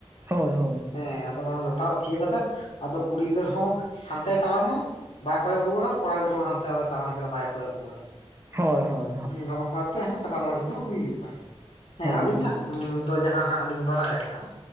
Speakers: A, on the right; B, on the left.
A: ᱦᱳᱭ ᱦᱳᱭ ᱼᱼ
B: ᱦᱮᱸ ᱟᱫᱚ ᱚᱱᱟ ᱞᱚᱴᱟ ᱛᱷᱤᱭᱟᱹ ᱠᱟᱛᱮᱫ ᱟᱫᱚ ᱠᱩᱲᱤ ᱜᱤᱫᱟᱹᱨ ᱦᱚᱸ ᱦᱟᱱᱛᱮᱭ ᱛᱟᱲᱟᱢᱟ ᱾ ᱵᱟᱭ ᱠᱚᱭᱚᱜ ᱨᱩᱣᱟᱹᱲᱟ, ᱟᱨ ᱠᱚᱲᱟ ᱜᱤᱫᱽᱨᱟᱹ ᱦᱚᱸ ᱦᱟᱱᱛᱮ ᱟᱫᱚᱭ ᱛᱟᱲᱟᱢ ᱠᱮᱫᱟ ᱵᱟᱭ ᱠᱚᱭᱚᱜ ᱨᱩᱣᱟᱹᱲᱟ ᱾
A: ᱦᱳᱭ ᱦᱳᱭ ᱼᱼ
B: ᱦᱚᱦᱚᱱᱠᱟ ᱠᱟᱛᱮᱜ ᱥᱟᱠᱟᱢ ᱚᱲᱮᱡ ᱫᱚ ᱦᱩᱭᱩᱜᱼᱟ ᱦᱮᱸ
A: ᱦᱳᱭ
B: ᱟᱹᱞᱤᱧᱟᱜ᱾
A: ᱦᱳᱭ ᱦᱳᱭ
B: ᱫᱚ ᱡᱟᱦᱟᱸ ᱦᱟᱸᱜ ᱞᱤᱧ ᱵᱟᱲᱟᱭ ᱟᱠᱟᱜᱼᱟ,